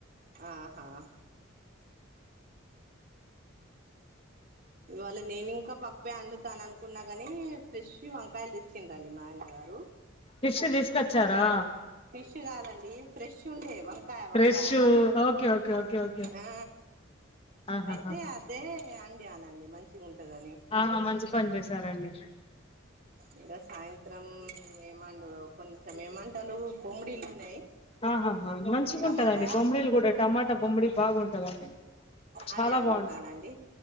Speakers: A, on the right (about 45°); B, on the left (about 30°).
A: ఆహా <inaudible>
B: ఉ
A: ఇవాళ నేను ఇంకా పప్పే అండుతాను అనుకున్నా గానీ ఫిష్ వంకాయలు తెచ్చిండండి మా ఆయన గారు
B: ఫిష్ తీసుకొచ్చారా
A: ఫిష్ కాదండి ఫ్రెష్ ఉండే వం కాయ వంకాయ
B: ఫ్రెష్ ఓకే ఓకే ఓకే ఓకే
A: ఆ
B: ఆహాహా
A: అయితే అ దే అండియానండి మంచిగుంటదని
B: ఆహా మంచి పని చేసారండి
A: ఇంకా సాయంత్రం ఏమండు కొంచెం ఏమంటాలు బొమ్మడీలు ఉన్నాయి
B: ఆహాహా మంచిగుంటదండి
A: టమాటా
B: బొమ్డీలు కూడా టమాటా బొమ్మిడి బాగుంటదండి చాలా
A: అదే అండుతానండి
B: బాగుంటది